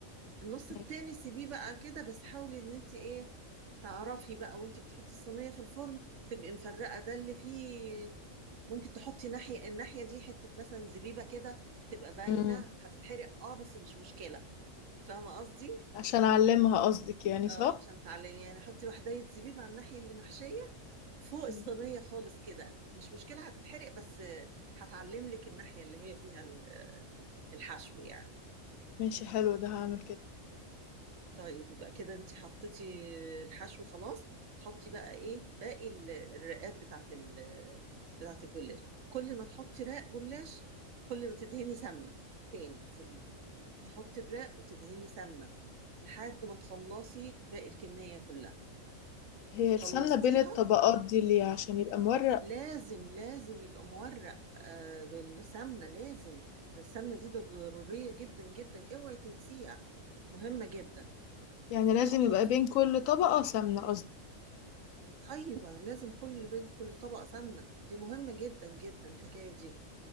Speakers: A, on the right; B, on the left.
A: النص التاني
B: ماشي
A: سيبيه بقى كده بس حاولي ان انت ايه تعرفي بقى وانت بتحطي الصينية في الفرن تبقي مفرقة ده اللي فيه ممكن تحطي ناحية الناحية دي حتة مثلا زبيبة كده تبقى باينة
B: امم
A: هتتحرق اه بس مش مشكلة فاهمة قصدي؟
B: عشان اعلمها قصدك يعني صح
A: اه عشان تعلمي يعني حطي وحداية زبيب على الناحية اللي محشية فوق الصينية
B: مم.
A: خالص كده مش مشكلة هتتحرق بس هتعلم لك الناحية اللي هي فيها الحشو يعني
B: ماشي حلو ده هعمل كده
A: طيب يبقى كده انت حطيتي الحشو خلاص هتحطي بقى ايه باقي ال- الرقات بتاعت ال بتاعت الجلاش كل ما تحطي رق جلاش كل ما تدهني سمنة تاني فوقيه تحطي الرق وتدهني سمنة لحد ما تخلصي باقي الكمية كلها
B: هي السمنه
A: خلصتيها
B: بين الطبقات دي ليه عشان يبقى مورق
A: لازم لازم يبقى مورق آه بالسمنة لازم السمنة دي ده ضرورية جدا جدا اوعي تنسيها مهمة جدا
B: يعني لازم
A: هتحطي
B: يبقى بين كل طبقه سمنه قصدي
A: ايوه لازم كل بيت كل طبقه سمنه دي مهمه جدا جدا الحكايه دي